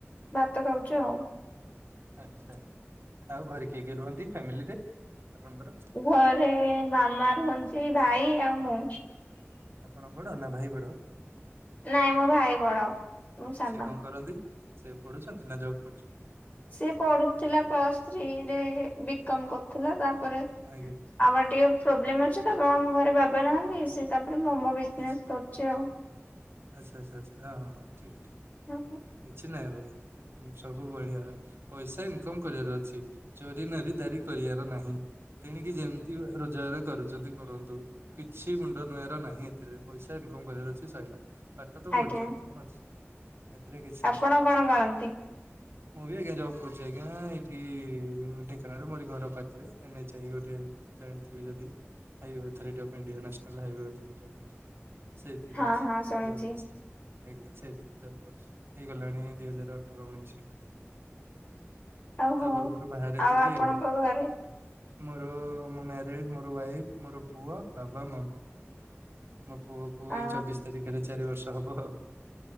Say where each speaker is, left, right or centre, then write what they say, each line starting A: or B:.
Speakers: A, on the left; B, on the right.
A: ଭାତ ଖାଉଛୁ ଆଉ।
B: ଆଚ୍ଛା ଆଉ ଘରେ କିଏ କିଏ ରୁହନ୍ତି ଫ୍ୟାମିଲିରେ? ଆପଣଙ୍କର
A: ଘରେ ମାମା ରୁହନ୍ତି ଭାଇ ଆଉ ମୁଁ।
B: ଆପଣ ବଡ଼ ନା ଭାଇ ବଡ଼?
A: ନାଇଁ ମୋ ଭାଇ ବଡ଼ ମୁଁ ସାନ।
B: ସେ କଣ କରନ୍ତି? ସେ ଏବେ ପଢୁଛନ୍ତି ନା ଜବ୍ କରୁଛନ୍ତି।
A: ସିଏ ପଢୁଥିଲା ପ୍ଲସ୍ ଥ୍ରୀ ରେ ବିକମ କରୁଥିଲା ତାପରେ
B: ଆଜ୍ଞା।
A: ଆମର ଟିକେ ପ୍ରୋବ୍ଲେମ ଅଛିତ ଆମ ଘରେ ବାବା ନାହାନ୍ତି ସେ ତାପରେ ମୋମୋ ବିଜନେସ
B: ଆଚ୍ଛା।
A: କରୁଛି ଆଉ।
B: ଆଚ୍ଛା ଆଚ୍ଛା ଆଚ୍ଛା ହଁ ହଁ ଠିକ୍ ଠିକ୍।
A: ହୁଁ ହୁଁ।
B: କିଛି ନାହିଁ ଭାଇ ସବୁ ବଢିଆ। ପଇସା ଇନକମ କରିବାର ଅଛି ଚୋରି ନାରୀ ଦାରି କରିବାର ନାହିଁ। ତେଣିକି ଯେମିତି ରୋଜଗାର କରୁଚନ୍ତି କରନ୍ତୁ କିଛି ମୁଣ୍ଡ ନୁଆର ନାହିଁ ଏଥିରେ ପଇସା ଇନକମ କରିବାର ଅଛି ସରିଲା ପାଠ ତ ପଢିଛ
A: ଆଜ୍ଞା
B: ନା କଣ ଅଛି ଏଥିରେ କିଛି
A: ଆପଣ
B: ନାହିଁ।
A: କଣ କରନ୍ତି?
B: ମୁଁ ବି ଆଜ୍ଞା ଜବ୍ କରୁଚି ଆଜ୍ଞା ଏଇଠି ଢେଙ୍କାନାଳରେ ମୋରି ଘର ପାଖରେ ଏନ ଏଚ ଆଇ ଗୋଟେ ଜାଣିଥିବେ ଯଦି highway authority of India national highway authority of India. ସେଇଥିରେ
A: ହଁ
B: ଅଛି।
A: ହଁ ଶୁଣିଛି
B: ସେଇ ଅଫିସରେ। ଆଜ୍ଞା ସେଇଥିରେ ଜବ୍ କରୁଚି ହେଇଗଲାଣି ଦୁଇ ହଜାର ଅଠର ଉଣେଇଶ ରୁ।
A: ଓହୋ
B: ତା ପୂର୍ବରୁ ବାହାରେ ଥିଲି
A: ଆପଣଙ୍କ
B: ଆଉ।
A: ଘରେ
B: ମୋର ମୁଁ ମ୍ୟାରେଡ ମୋର ୱାଇଫ ମୋର ପୁଅ ବାବା ମମି। ମୋ ପୁଅକୁ ଏଇ
A: ଆ
B: ଚବିଶ ତାରିଖରେ ଚାରି ବର୍ଷ ହବ ଆଉ।